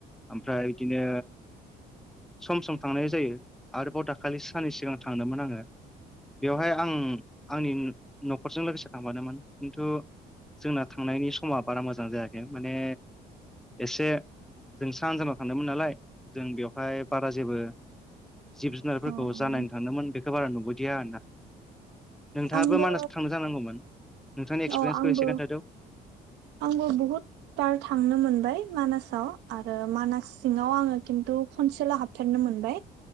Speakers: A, in the centre; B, on the right.
A: ओमफ्राय बिदिनो सम सम थांनाय जायो आरोबाव दाखालि सानै सिगां थांदोंमोन आङो बेवहाय आं आंनि न'खरजों लोगोसे थांफादोंमोन खिन्थु जोंना थांनायनि समा बारा मोजां जायाखै माने एसे जों साहा ओनसोलाव थांदोंमोन नालाय जों बेवहाय बारा जेबो जिब जुनारफोरखौ
B: अ अ
A: जा नायनो थांदोंमोन बेखौ बारा नुबोदिया आरोना नोंथाङाबो
B: आंबो
A: मानास थांनो जानांगौमोन नोंथांनि एक्सपिरियेन्सखौ
B: औ आंबो
A: एसे खोन्थादो
B: आंबो बहुद बार थांनो मोनबाय मानासाव आरो मानास सिङाव आङो खिन्थु खनसेल' हाबफेरनो मोनबाय